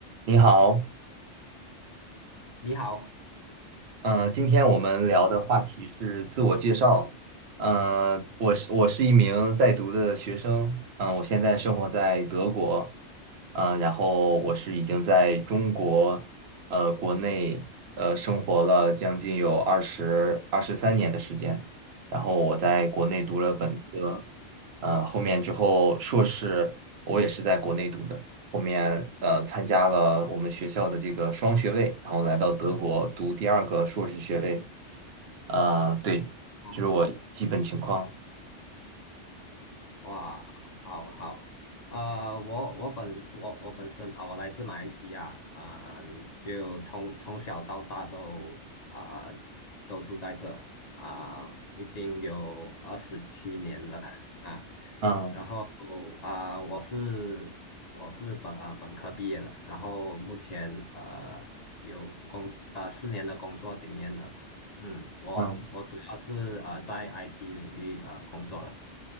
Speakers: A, on the right; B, on the left.
A: 你好，
B: 你好，
A: 嗯、今天我们聊的话题是自我介绍。嗯、我是我是一名在读的学生，嗯、我现在生活在德国，嗯、然后我是已经在中国，呃，国内呃生活了将近有二十二十三年的时间，然后我在国内读了本科，
B: 啊，
A: 呃，后面之后硕士我也是在国内读的。后面呃参加了我们学校的这个双学位，然后来到德国读第二个硕士学位。啊、对，
B: 嗯。
A: 这是我基本情况。
B: 哇，好好，呃，我我本我我本身啊、我来自马来西亚啊、就从从小到大都啊、都住在这啊、已经有二十七年了啊，
A: 嗯
B: 然嗯后啊、我是我是本呃本科毕业的，然后目前呃有工呃四年的工作经验了吧，嗯，我我主要是呃在
A: 嗯
B: IT 领域呃工作的。